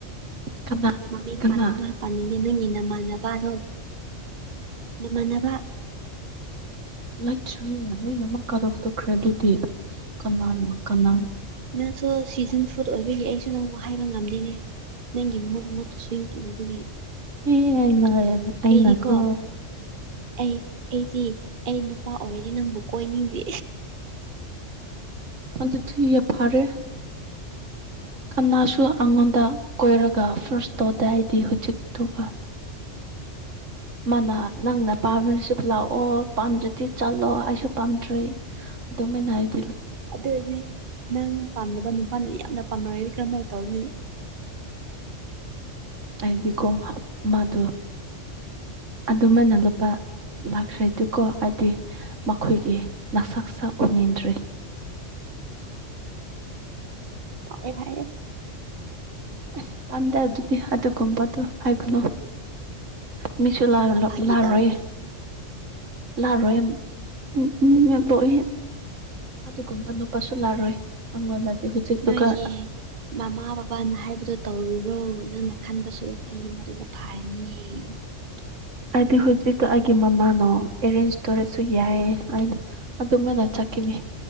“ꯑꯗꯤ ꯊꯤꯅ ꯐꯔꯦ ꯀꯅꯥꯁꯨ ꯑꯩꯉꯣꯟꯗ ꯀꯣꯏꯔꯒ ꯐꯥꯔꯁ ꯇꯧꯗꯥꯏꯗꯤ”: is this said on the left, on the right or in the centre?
Right